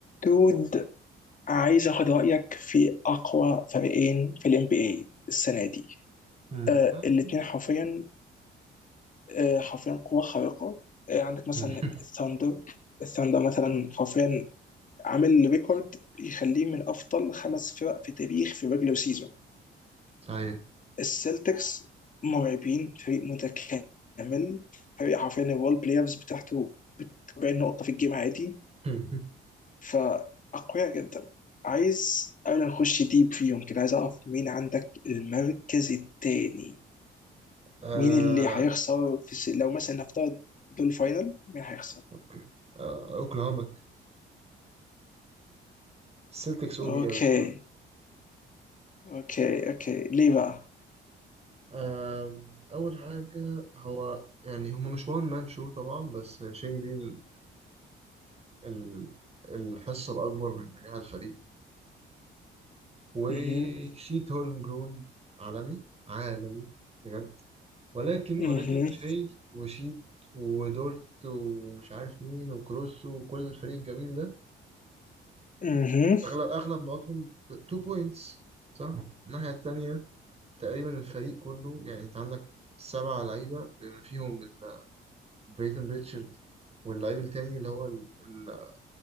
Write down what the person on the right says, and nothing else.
مم.
آه.
<laughs>
صحيح
<laughs>
آه.
اوكي آه. اوكلاهوما السلتكس او
بي قوي الصراحه
آه. اول حاجه هو يعني هما مش وان مان شو طبعا بس شيء ليه ال- ال- الحصه الاكبر من نجاح الفريق وشيت
هولم جرون عالمي عالمي بجد ولكن
ولكن شيء وشيت ودورت ومش عارف مين وكروس وكل الفريق الجميل ده
اغلب اغلب نقطهم 2 بوينتس صح الناحيه التانية تقريبا الفريق كله يعني انت عندك سبعة لعيبه بما فيهم ال- بريتن ريتشارد واللعيب التاني اللي هو ال- ال-